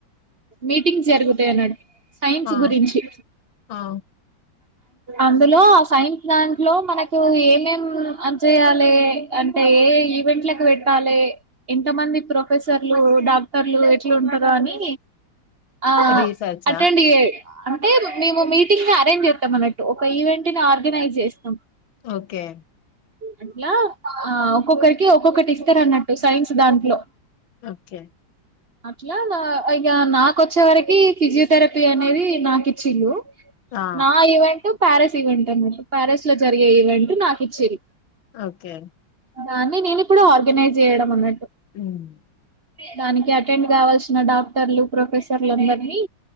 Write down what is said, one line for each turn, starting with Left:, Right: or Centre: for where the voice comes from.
Right: మీటింగ్ జరుగుతాయి అన్నట్టు సైన్స్
Left: ఆ
Right: గురించి
Left: ఆ
Right: అందులో ఆ సైన్స్ దాంట్లో మనకు ఏమేంమేం అని చెయాలి అంటే ఏ ఏ ఈవెంట్లకు పెట్టాలి ఎంత మంది ప్రొఫెసర్లు డాక్టర్లు ఎట్లుంటరో నీ అ
Left: రీసెర్చా
Right: అటెండ్ చెయ్ అంటే మేము మీటింగ్ అరేంజ్ చేస్తాం అన్నట్టు ఒక ఈవెంట్ ని ఆర్గనైజ్ చేస్తాం
Left: ఓకే
Right: అట్లా ఆ ఒక్కొక్కరికి ఒక్కొక్కటి ఇస్తారు అన్నట్టు సైన్స్ దాంట్లో
Left: ఓకే
Right: అట్లా నా ఇక నాకొచ్చే వరకి ఫిజియోథెరపీ అనేది నాకిచ్చిలు
Left: ఆ
Right: నా ఈవెంట్ ప్యారిస్ ఈవెంట్ అనమాట ప్యారిస్ లో జరిగే ఈవెంట్ నాకు ఇచ్చరి
Left: ఓకే
Right: దాన్ని నేను ఇప్పుడు ఆర్గనైజ్ చేయడం అన్నట్టు
Left: ఉమ్,
Right: దానికి అటెండ్ కావాల్సిన డాక్టర్లు ప్రొఫెసర్లు అందరినీ